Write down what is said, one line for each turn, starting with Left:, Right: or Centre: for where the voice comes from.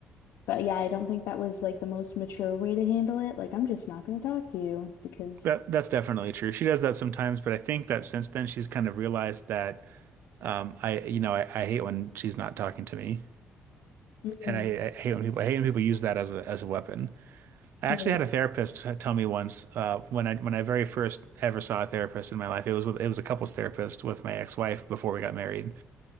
Left: but yeah, I don't think that was like the most mature way to handle it. Like, I'm just not going to talk to you because
Right: That that's definitely true. She does that sometimes, but I think that since then she's kind of realized that Um, I you know I, I hate when she's not talking to me,
Left: Mm,
Right: and I, I hate when people I hate when people use that as a as a weapon. I actually
Left: right,
Right: had a therapist tell me once uh, when I when I very first ever saw a therapist in my life. It was with, it was a couples therapist with my ex wife before we got married,